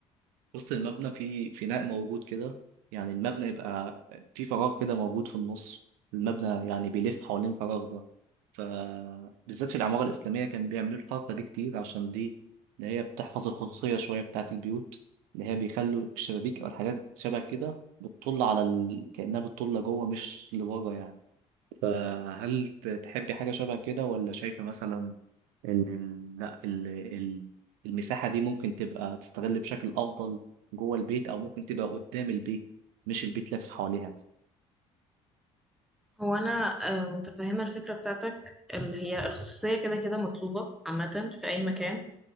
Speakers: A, on the right; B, in the centre.
A: وسط المبنى في فناء موجود كده يعني المبنى يبقى في فراغ كده موجود في النص المبنى يعني بيلف حوالين الفراغ ده فبالذات في العمارة الإسلامية كان بيعملوا الحركة دي كتير عشان دي إن هي بتحفظ الخصوصية شوية بتاعة البيوت إن هي بيخلوا الشبابيك أو الحاجات شبه كده بتطل على ال... كأنها بتطل جوه مش لبره يعني فهل ت- تحبي حاجة شبه كده ولا شايفة مثلا إن ال- لا ال- ال- المساحة دي ممكن تبقى تستغل بشكل أفضل جوه البيت أو ممكن تبقى قدام البيت مش البيت لف حواليها
B: هو انا آه، متفهمه الفكره بتاعتك اللي هي الخصوصيه كده كده مطلوبه عامه في اي مكان